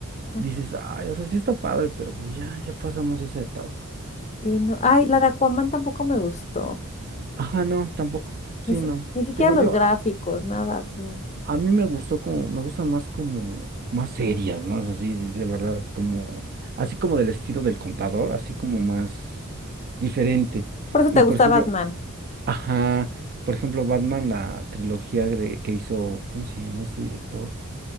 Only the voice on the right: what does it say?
dices, ay, o sea, sí está padre, pero pues ya, ya pasamos esa etapa.
Ajá, no, tampoco. Sí,
no.
Te digo
yo,
A mí me gustó como, me gusta más como, más seria, más así, de, de verdad, como, así como del estilo del contador, así como más diferente.
Y
por ejemplo,
ajá, por ejemplo, Batman, la trilogía de, que hizo, ¿cómo se llama este director?